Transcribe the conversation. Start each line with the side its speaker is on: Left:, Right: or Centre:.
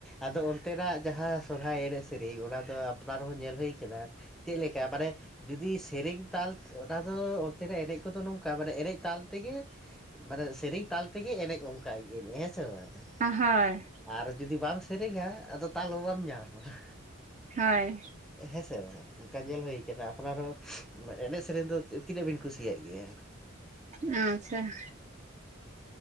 Centre: ᱟᱫᱚ ᱚᱱᱛᱮᱱᱟᱜ ᱡᱟᱦᱟᱸ ᱥᱚᱨᱦᱟᱭ ᱮᱱᱮᱡ ᱥᱮᱨᱮᱧ ᱚᱱᱟ ᱫᱚ ᱟᱯᱱᱟᱨ ᱦᱚᱸ ᱧᱮᱞ ᱦᱩᱭ ᱟᱠᱟᱱᱟ, ᱪᱮᱫ ᱞᱮᱠᱟ ᱢᱟᱱᱮ ᱡᱩᱫᱤ ᱥᱮᱨᱮᱧ ᱛᱟᱞ ᱚᱱᱟ ᱫᱚ ᱚᱱᱛᱮᱱᱟᱜ ᱮᱱᱮᱡ ᱠᱚᱫᱚ ᱱᱚᱝᱠᱟ ᱢᱟᱱᱮ ᱮᱱᱮᱡ ᱛᱟᱞ ᱛᱮᱜᱮ ᱢᱟᱱᱮ ᱥᱮᱨᱮᱧ ᱛᱟᱞ ᱛᱮᱜᱮ ᱮᱱᱮᱡ ᱚᱱᱠᱟ ᱮᱱᱮᱡ ᱦᱮᱸ ᱥᱮ ᱵᱟᱝ ᱾
Right: ᱟ ᱦᱳᱭ ᱾
Centre: ᱟᱨ ᱡᱩᱫᱤ ᱵᱟᱢ ᱥᱮᱨᱮᱧᱟ ᱟᱫᱚ ᱛᱟᱞ ᱦᱚᱸ ᱵᱟᱢ ᱧᱟᱢᱟ ᱾
Right: ᱦᱳᱭ ᱾
Centre: ᱦᱮᱸ ᱥᱮ ᱵᱟᱝ ᱾ ᱚᱱᱠᱟ ᱧᱮᱞ ᱦᱩᱭ ᱟᱠᱟᱱᱟ ᱟᱯᱱᱟᱨ ᱦᱚᱸ, ᱮᱱᱮᱡ ᱥᱮᱨᱮᱧ ᱫᱚ ᱛᱤᱱᱟᱹᱜ ᱵᱤᱱ ᱠᱩᱥᱤᱭᱟᱜ ᱜᱮᱭᱟ?
Right: ᱟᱪᱪᱷᱟ ᱾